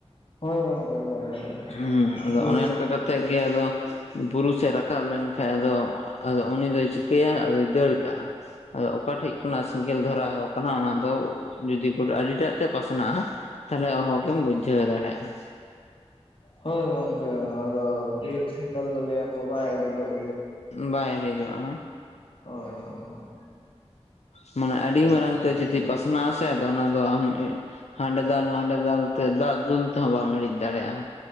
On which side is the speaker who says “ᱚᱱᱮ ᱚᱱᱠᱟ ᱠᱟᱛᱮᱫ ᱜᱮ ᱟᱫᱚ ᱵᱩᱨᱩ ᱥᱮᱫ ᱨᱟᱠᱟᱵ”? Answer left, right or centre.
Left